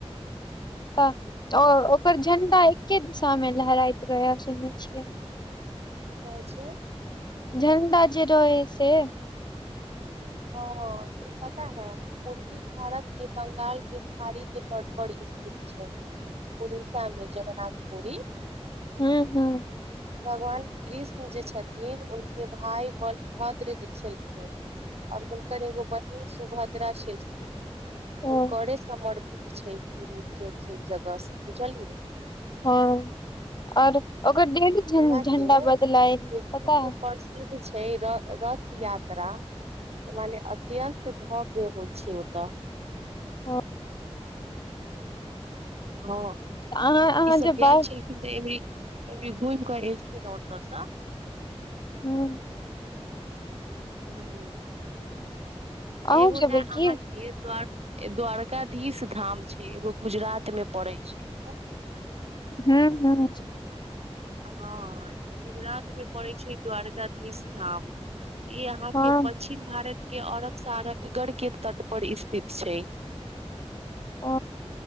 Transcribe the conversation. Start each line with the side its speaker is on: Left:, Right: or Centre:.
Left: तऽ
Right: की
Left: ओ ओकर झंणडा। एके दिशा मे लहराइत रहै सुन छियै
Right: की कहै छै
Left: झण्डा जे रहै से
Right: ओ ई पता है पूर्वी भारत के बंगाल के खाड़ी के तटपर स्थित छै परी सामी जगन्नाथ पुरी
Left: हू हू
Right: भगवान कृष्ण जे छथिन हुनके भाय बनभद्र लिखेलखिन और हुनकर एगो बहिन सुभद्रा छलखिन
Left: हँ
Right: हुनके समर्प क छै ई जे छै जगह से बुझलियै
Left: हँ आओर ओकर डेली झण्डा
Right: यहाँ के
Left: बदलय
Right: जे विश्व
Left: पताहौ
Right: प्रसिद्ध छै रथ यात्रा मने अत्यन्त भव्य होइ छै ओ तऽ
Left: ह
Right: हँ
Left: अहाँ अहाँ
Right: ई सब
Left: जेबै
Right: गेल छै यहिबेरनधुमि अलिखिन तो स
Left: हूँ
Right: हँ
Left: अहूँ
Right: एगो
Left: जेबै
Right: लय अहाँके
Left: की
Right: द्वार द्वारक एकाधीश धाम छै एगो गुजरात मे पड़ै छैझल
Left: हँ हँ
Right: हँ ई गुजरात मे पड़ै छै द्वारकाधीश धाम ई अहाँ
Left: हँ
Right: के पच्चछिम भारत के अरब सगर के तट पर स्थित छै
Left: ओ